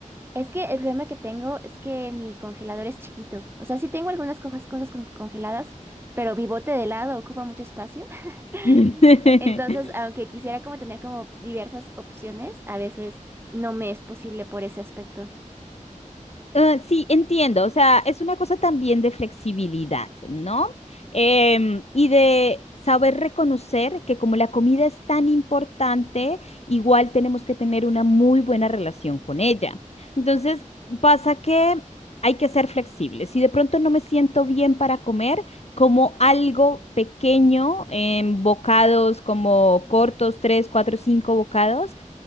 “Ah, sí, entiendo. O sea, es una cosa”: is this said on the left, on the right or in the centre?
Left